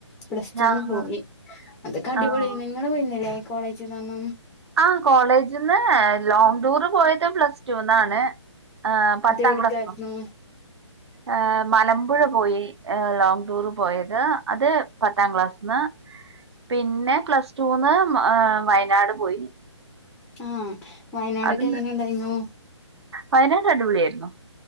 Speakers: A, in the centre; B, on the right.
A: പ്ലസ് ടൂന്ന്
B: ആഹ്
A: പോയി അതൊക്കെ അടിപൊളി
B: ആഹ്
A: നിങ്ങള് പോയിന്നില്ലെ കോളേജിന്നൊന്നും
B: ആഹ് കോളേജിൽന്ന് ലോങ്ങ് ടൂറ് പോയത് പ്ലസ് ടൂന്നാണ്. ആഹ് പത്താം
A: അത് എവിടക്കായിരുന്നു
B: ക്ലാസ്സ്‌ന്നോ ആഹ് മലമ്പുഴ പോയി ലോങ് ടൂർ പോയത് അത് പത്താം ക്ലാസ്ന്ന് പിന്നെ പ്ലസ് ടൂന്ന് വയനാട് പോയി
A: ആഹ് വയനാടൊക്കെ
B: അത്
A: എങ്ങനെ ഉണ്ടായീന്നു?
B: വയനാട് അടിപൊളിയാരുന്നു